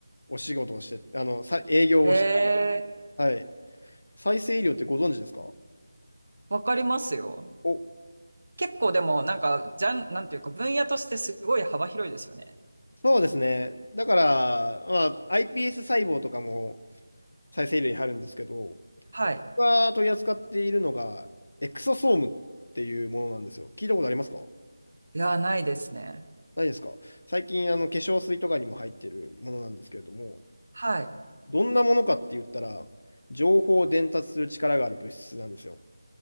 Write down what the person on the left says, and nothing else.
お仕事をして、あの、さ、営業をして、
はい。再生医療ってご存知ですか
お
そうですね。だから、まあ、iPS 細胞とかも再生医療に入るんですけど、
僕が取り扱っているのが、エクソソームっていうものなんですよ。聞いたことありますか
ないですか最近、あの、化粧水とかにも入ってるものなんですけれども、
どんなものかって言ったら、情報を伝達する力がある物質なんですよ。